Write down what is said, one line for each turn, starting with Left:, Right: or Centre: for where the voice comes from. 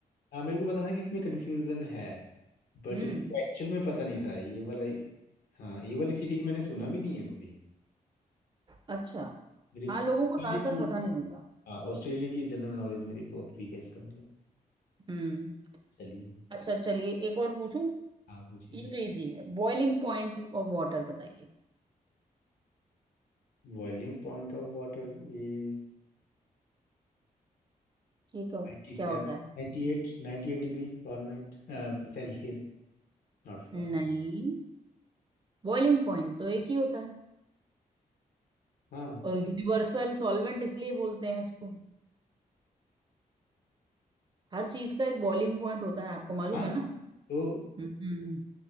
Left: हाँ मेरे को पता था कि इसमें कंफ्यूजन है बट
Right: हम्म
Left: मेरे को एक्चुअल में पता नहीं था ये वाला हाँ ये वाली सिटी की मैंने सुना भी नहीं है कभी
Right: अच्छा
Left: मेरे ऑस्ट्रेलिया
Right: हाँ लोगों को ज्यादातर
Left: की
Right: पता नहीं होता
Left: हाँ ऑस्ट्रेलिया की जनरल नॉलेज मेरी बहुत वीक है इसका मतलब
Right: हम्म
Left: चलिए
Right: अच्छा चलिए एक और पूछूं
Left: आप पूछिए
Right: ये तो इजी है बॉइलिंग पॉइंट ऑफ वाटर बताइए
Left: Boiling point of water is
Right: ये क्या
Left: 97
Right: क्या होता है
Left: 98 98 degree Fahrenheit Celsius not Fahrenheit
Right: नहीं बॉइलिंग पॉइंट तो एक ही होता है
Left: हाँ
Right: और यूनिवर्सल सॉल्वेंट इसलिए बोलते हैं इसको हर चीज का एक बॉइलिंग पॉइंट होता है आपको मालूम
Left: हाँ
Right: है
Left: हाँ
Right: ना
Left: तो
Right: हम्म